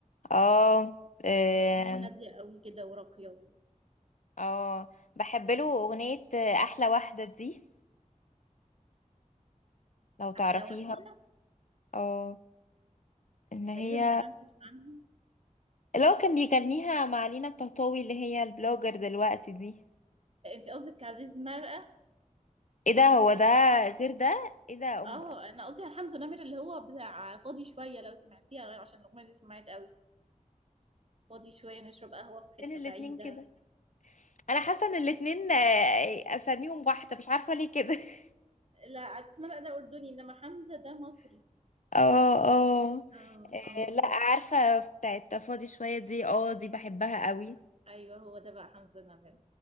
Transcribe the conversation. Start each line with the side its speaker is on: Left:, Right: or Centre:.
Left: اه اه
Right: أغانيه هادية قوي كده وراقية و...
Left: آه. بحب
Right: آه.
Left: له اغنية احلى واحدة دي لو تعرفيها
Right: أحلى واحدة
Left: اه ان هي
Right: تقريبا ما سمعتش عنها
Left: اللي هو كان بيغنيها مع لينا الطهطاوي اللي هي البلوجر دلوقتي دي
Right: أنت قصدك عزيز مرقة
Left: ايه ده هو ده غير ده ايه ده أم...
Right: اه انا قصدي على حمزة نمر اللي هو بتاع فاضي شوية لو سمعتيها عشان الأغنية دي سمعت قوي فاضي شوية نشرب قهوة في
Left: فين
Right: حتة
Left: الاتنين
Right: بعيدة
Left: كده انا حاسه ان الاتنين آه، اساميهم واحده مش عارفه ليه كده <laughs>
Right: لا عزيز مرقة ده أردني إنما حمزة ده مصري
Left: اه اه
Right: اه اه
Left: لا عارفه بتاعت فاضي شويه دي اه دي بحبها قوي
Right: ايوه هو ده بقى حمزة نمر